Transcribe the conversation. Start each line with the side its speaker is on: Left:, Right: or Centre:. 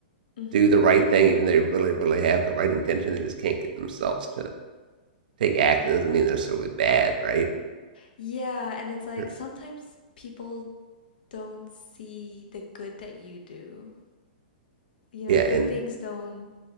Left: hmm
Right: do the right thing, even though they really, really have the right intention. They just can't get themselves to take action. Doesn't mean they're necessarily bad, right?
Left: Yeah, and it's like
Right: Or-
Left: sometimes people don't see the good that you do. You know,
Right: Yeah,
Left: good
Right: and
Left: things don't